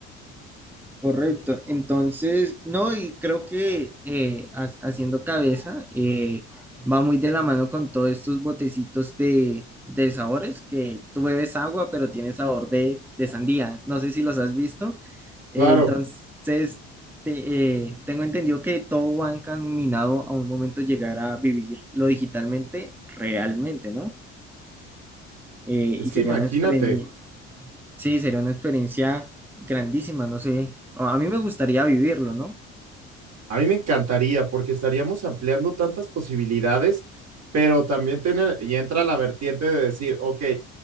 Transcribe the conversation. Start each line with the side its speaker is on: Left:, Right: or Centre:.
Centre: Correcto, entonces, no, y creo que eh, ha- haciendo cabeza eh, va muy de la mano con todos estos botecitos de, de sabores que tú bebes agua, pero tiene sabor de, de sandía. No sé si los has visto. Eh,
Right: Claro.
Centre: entonces, te- eh, tengo entendido que todo va encaminado a un momento llegar a vivirlo digitalmente, realmente, ¿no? Eh,
Right: Es
Centre: y
Right: que
Centre: sería
Right: imagínate,
Centre: una experiencia, sí, sería una experiencia grandísima, no sé. A mí me gustaría vivirlo, ¿no?
Right: a mí me encantaría porque estaríamos ampliando tantas posibilidades, pero también tiene, y entra la vertiente de decir, ok,